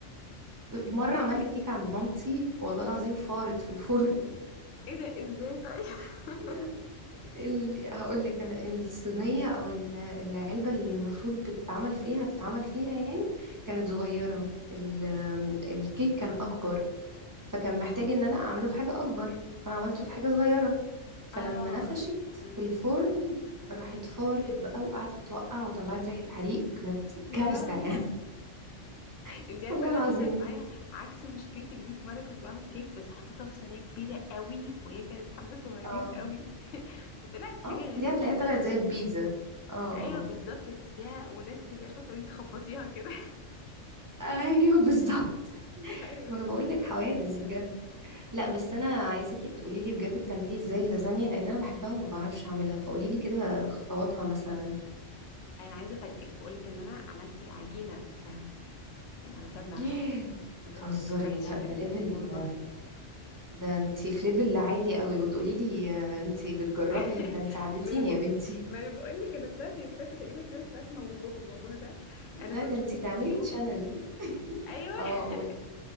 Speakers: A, on the left (about 80°); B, on the right (about 25°).
A: <laughs>
B: مرة عملت كيكة عند مامتي والله العظيم فارت في الفرن
A: ايه ده ازاي طيب <laughs>
B: <laughs> ال... هقول لك انا الصينية او ال- العلبة اللي المفروض بتتعمل فيها هتتعمل فيها يعني كانت صغيرة
A: أمم.
B: ال... الكيك كان اكبر فكان محتاج ان انا اعمله في حاجة اكبر فانا عملته في حاجة صغيرة فلما
A: اه
B: نفشت
A: أمم.
B: في الفرن راحت فارت بقى وقعدت توقع وطلعت ريحة حريق كانت
A: يا
B: كارثة
A: لهوي
B: يعني
A: <laughs>
B: <laughs>
A: انت عارفه
B: والله
A: إن انا
B: العظيم
A: حصلت معايا عكس مشكلتك دي في مره كنت بعمل كيك بس حطيتها في صينيه كبيره قوي وهي كانت حبه صغيرين
B: اه
A: قوي <laughs> فطلعت حاجه
B: اه
A: غريبه
B: دي هتلاقيها
A: كده
B: طلعت زي البيتزا اه
A: ايوه
B: اه
A: بالظبط وتحسيها وناس تحسي عارفه تقعدي تخبطيها كده
B: ايوه بالظبط
A: <laughs> ايوه
B: وانا بقول لك حوادث بجد لا
A: امم
B: بس انا عايزاكي تقولي لي بجد بتعملي ازاي اللازانيا لان انا بحبها وما بعرفش اعملها فقولي لي كده خطواتها مثلا
A: انا عايزه افاجئك واقول لك ان انا عملت العجينه نفسها في البيت يعني عملتها بنفسي
B: <gasps> بتهزري
A: from scratch
B: لا
A: كده
B: ده ليفل
A: والله
B: ده انت في ليفل عالي قوي وتقولي لي
A: م-
B: انت بتجربي
A: <laughs>
B: ده انت عديتيني
A: ما انا بق-
B: يا بنتي
A: ما انا بقول لك انا طلعت يا طلعت تقريبا كده طلعت موهوبه في الموضوع ده
B: <laughs>
A: انا
B: لا
A: كنت
B: ده
A: شفت
B: انت
A: فيديو
B: تعملي تشانل <laughs>
A: ايوه <laughs>
B: اه قولي